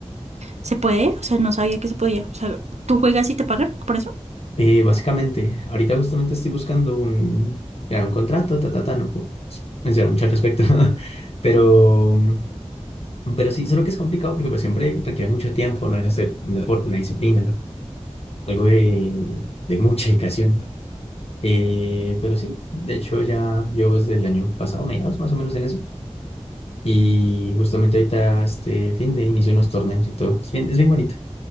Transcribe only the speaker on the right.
¿Se puede? O sea, no sabía que se podía. O sea, ¿tú juegas y te pagan por eso?